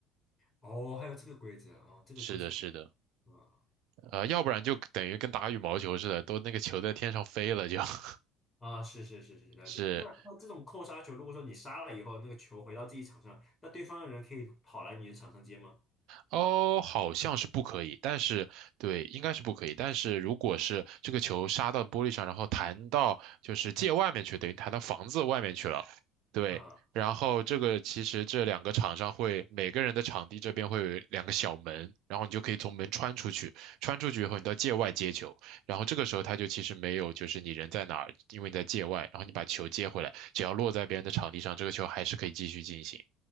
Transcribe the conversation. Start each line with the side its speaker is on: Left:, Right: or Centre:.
Centre: 哦，还有这个规则哦，这个规则不
Right: 是的，是的，
Centre: 啊
Right: 呃，要不然就等于跟打羽毛球似的，都那个球在天上飞了就，<laughs>
Centre: 啊，是是是是是，了解。
Right: 是
Centre: 那那这种扣杀球，如果说你杀了以后，那个球回到自己场上，那对方的人可以跑来你的场上接吗？
Right: 哦，好像是不可以，但是对，应该是不可以。但是如果是这个球杀到玻璃上，然后弹到就是界外面去，等于弹到房子外面去了，对。
Centre: 啊、
Right: 然后这个其实这两个场上会每个人的场地这边会有两个小门，然后你就可以从门穿出去，穿出去以后你到界外接球，然后这个时候他就其实没有就是你人在哪儿，因为你在界外，然后你把球接回来，只要落在别人的场地上，这个球还是可以继续进行。